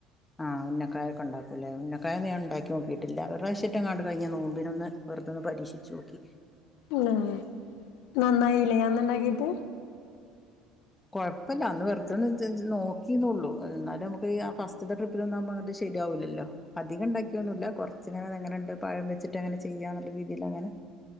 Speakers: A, on the left; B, on the left.
A: ആ ഉന്നക്കായൊക്കെ ഉണ്ടാക്കൂല്ലേ. ഉന്നക്കായഞാൻ ഉണ്ടാക്കി നോക്കിട്ടില്ല. ഒരു പ്രാവശ്യറ്റകാണ്ട് കഴിഞ്ഞഞനോമ്പിനൊന്ന് വെറുതൊന്ന് പരീക്ഷിചോക്കി
B: ഊമ്.. നന്നായിലെ അന്ന്ണ്ടാക്കിട്ട്
A: കുഴപ്പല്ല അന്ന് വെറുതൊന്ന് <inaudible> നോക്കിന്നള്ളൂ എന്നാലും നമക്ക്ആ ഫസ്റ്റ്ത്തെ ട്രപ് ന്ന <inaudible> അങ്ങട്ട് ശരിയാവൂല ല്ലൊ അധികണ്ടാക്കിയൊന്നുല്ല കുറച്ചിങ്ങനെ അതങ്ങനെണ്ട് പഴം വെച്ചിട്ട് അങ്ങനെ ചെയ്യാന്നുള്ള രീതിയിൽ അങ്ങനെ